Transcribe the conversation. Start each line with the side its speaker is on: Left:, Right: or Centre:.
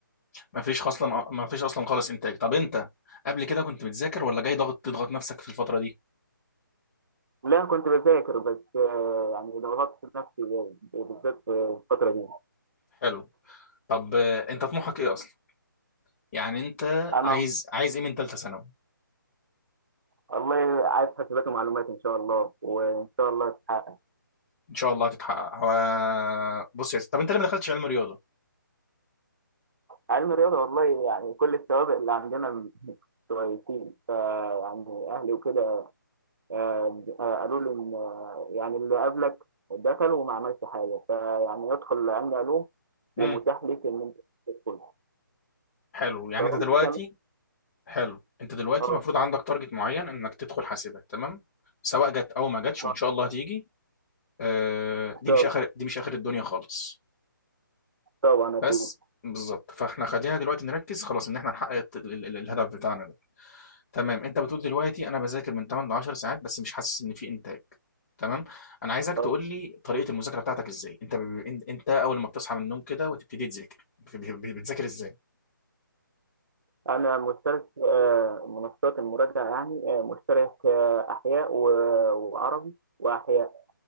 Left: ما فيش اصلا ما فيش اصلا خالص انتاج طب انت قبل كده كنت بتذاكر ولا جاي ضغط تضغط نفسك في الفتره دي
Right: لا كنت بذاكر بس آه، يعني ضغطت نفسي بالذات في الفترة دي
Left: حلو طب آه، انت طموحك ايه اصلا يعني انت
Right: أنا
Left: عايز عايز ايه من ثالثه ثانوي
Right: والله عايز حاسبات ومعلومات إن شاء الله وإن شاء الله تتحقق
Left: ان شاء الله هتتحقق هو- بص يا سيدي طب انت ليه ما دخلتش علم رياضه
Right: علم الرياضة والله يعني كل السوابق اللي عندنا <laughs> كويسين فيعني أهلي وكده آه، آه، قالوا لي إن آه، يعني اللي قبلك دخل وما عملش حاجة فيعني ادخل علم علوم ومتاح
Left: امم
Right: ليك إن أنت تدخل
Left: حلو يعني
Right: فقلت
Left: انت دلوقتي
Right: تمام
Left: حلو انت دلوقتي
Right: آه،
Left: المفروض عندك تارجت معين انك تدخل حاسبات تمام سواء جت او ما جاتش
Right: آه،
Left: وان شاء الله هتيجي آه، دي
Right: طب-
Left: مش اخر دي مش اخر الدنيا خالص
Right: طبعا أكيد
Left: بس بالظبط فاحنا خلينا دلوقتي نركز خلاص ان احنا نحقق الت- ال- ال- الهدف بتاعنا تمام انت بتقول دلوقتي انا بذاكر من 8 ل 10 ساعات بس مش حاسس ان في انتاج تمام انا عايزك
Right: آه،
Left: تقول لي طريقه المذاكره بتاعتك ازاي انت ب... ان- انت اول ما بتصحى من النوم كده وتبتدي تذاكر ب- ب- بتذاكر ازاي
Right: أنا مشترك في آه، منصات المراجعة يعني آه، مشترك آه، أحياء و- وعربي وأحياء